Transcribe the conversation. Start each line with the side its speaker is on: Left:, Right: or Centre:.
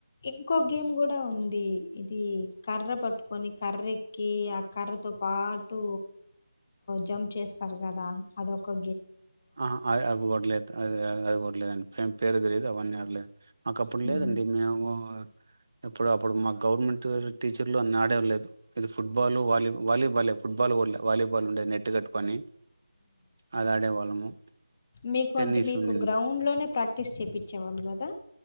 Left: క్కో గేమ్ కూడా ఉంది ఇది కర్ర పట్టుకొని కర్ర ఎక్కి ఆ కర్రతో పాటు జంప్ చేస్తారు కదా అదొక
Right: ఆహా అవిగూడ లేదు అదా అది కూడా లేదండి పేరు తెలిదు అవన్నీ ఆడ్లే మాకు అప్పుడు
Left: గేమింగు
Right: లేదండి మేము ఎప్పుడు అప్పుడు మా గవర్నమెంట్ టీచర్లు అని ఆడేం లేదు ఇది ఫుట్బాల్ వాలీ వాలీబాలే ఫుట్బాల్ కూడలే వాలీబాల్ ఉండేది నెట్ కట్టుకోని అది అడే వాళ్ళము
Left: మీకు
Right: టెన్నిస్
Left: అంటే మీకు
Right: ఉనింది
Left: గ్రౌండ్లోనే ప్రాక్టీస్ చేపిచ్చేవాళ్ళు కదా